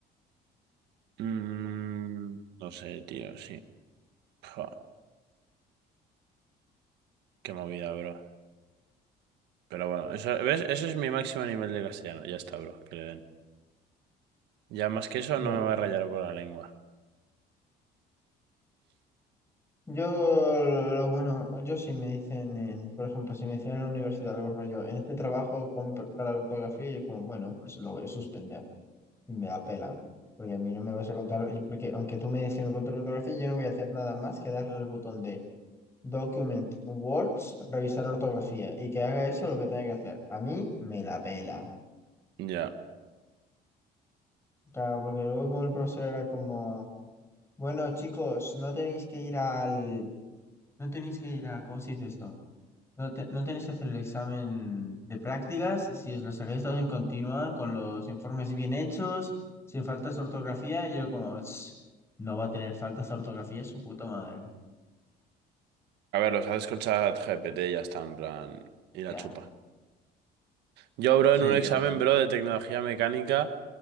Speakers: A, on the right; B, on the left.
A: Mm, no sé, tío, sí. Pua, qué movida, bro. Pero bueno, eso, ¿ves? Ese es mi máximo nivel de castellano. Ya está, bro, que le den. Ya más que eso
B: Ya.
A: no me va a rayar por la lengua.
B: Yo, lo, lo bueno, yo si me dicen, en, por ejemplo, si me decían en la universidad algo rollo, en este trabajo con, para la ortografía, yo como, bueno, pues lo voy a suspender y me da pela, porque a mí no me vas a contar, y porque aunque tú me digas que me contes la ortografía, yo no voy a hacer nada más que darle el botón de Document Words, revisar ortografía y que haga eso lo que tenga que hacer. A mí me la pela.
A: Ya.
B: Claro, porque luego como el profesor era como, bueno, chicos, no tenéis que ir al, no tenéis que ir a, ¿cómo se dice esto? No, te- no tenéis que hacer el examen de prácticas si os lo sacáis todos en continua, con los informes bien hechos, sin faltas de ortografía. Y yo como, "Ch, no va a tener faltas de ortografía, su puta madre.
A: A ver, los haces con ChatGPT y ya está, en plan, y la
B: Ya,
A: chupa. Yo, bro,
B: sí,
A: en un examen,
B: pero...
A: bro, de tecnología mecánica,